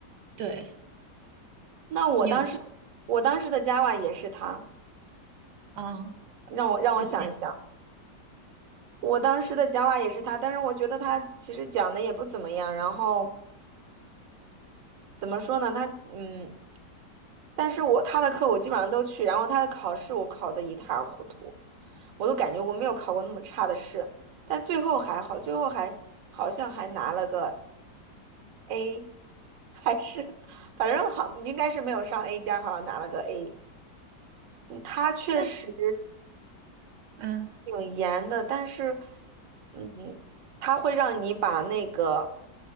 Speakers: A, on the right (about 70°); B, on the right (about 55°).
A: 对
B: 那我当时，
A: 你有
B: 我当时的 Java 也是她，
A: 啊？
B: 让我让我想一想，
A: 对，
B: 我当时的 Java 也是她，但是我觉得她其实讲的也不怎么样。然后怎么说呢？她嗯，但是我她的课我基本上都去，然后她的考试我考的一塌糊涂，我都感觉我没有考过那么差的试，但最后还好，最后还好像还拿了个。A 还是 <laughs> 反正好，应该是没有上 A 加，好像拿了个 A。嗯他确实，
A: 那嗯
B: 挺严的，但是，嗯，他会让你把那个，